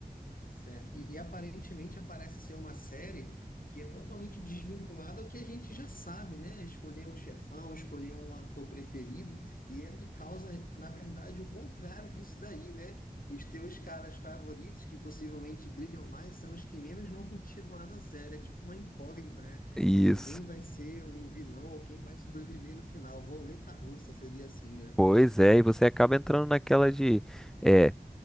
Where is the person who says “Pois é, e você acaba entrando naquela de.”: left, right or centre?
Centre